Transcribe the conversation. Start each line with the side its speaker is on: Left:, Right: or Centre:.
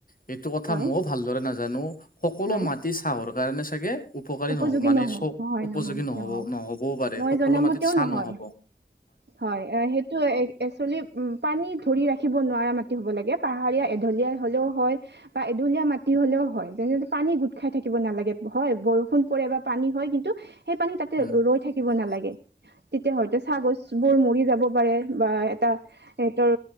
Left: সেইটো কথা
Right: হয়
Left: ময়ও ভালদৰে নাজানো সকলো
Right: হয়
Left: মাটি চাহৰ কাৰণে চাগে উপকাৰী
Right: উপযোগী
Left: নহব মানে
Right: নহয়
Left: চ
Right: নহয়
Left: উপযোগী
Right: নহয়
Left: নহব
Right: নহয়
Left: নহ'বও পাৰে
Right: মই
Left: সকলো
Right: জনামতেও
Left: মাটিত চাহ
Right: নহয়
Left: নহ'ব
Right: হয় সেইটো একচোৱেলি উম পানী ধৰি ৰাখিব নোৱাৰা মাটি হ'ব লাগে পাহাৰীয়া এঢলীয়া হলেও হয় বা এঢলীয়া মাটি হ'লেও হয় যেনে পানী গোট খাই থাকিব নালাগে হয় বৰষুণ ণ পৰে বা পানী হয় কিন্তু সেই পানী তাতে
Left: উম,
Right: ৰৈ থাকিব নালাগে
Left: <inaudible>
Right: তেতিয়া হয়তো চাহ গছ বোৰ মৰি যাব পাৰে বা এটা সিহতৰ